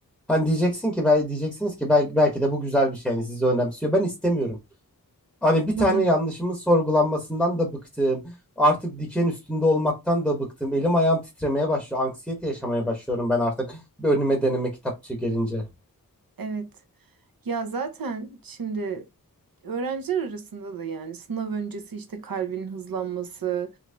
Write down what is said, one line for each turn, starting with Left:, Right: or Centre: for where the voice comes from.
Centre: Hani diyeceksin ki bel- diyeceksiniz ki belki, belki de bu güzel bir şey. Yani sizi önemsiyor. Ben istemiyorum. Hani
Right: Anladım.
Centre: bir tane yanlışımın sorgulanmasından da bıktım. Artık diken üstünde olmaktan da bıktım. Elim ayağım titremeye başlıyor. Anksiyete yaşamaya başlıyorum ben artık. Bir Önüme deneme kitapçığı gelince.
Right: Evet. Ya zaten şimdi öğrenciler arasında da yani sınav öncesi işte kalbin hızlanması,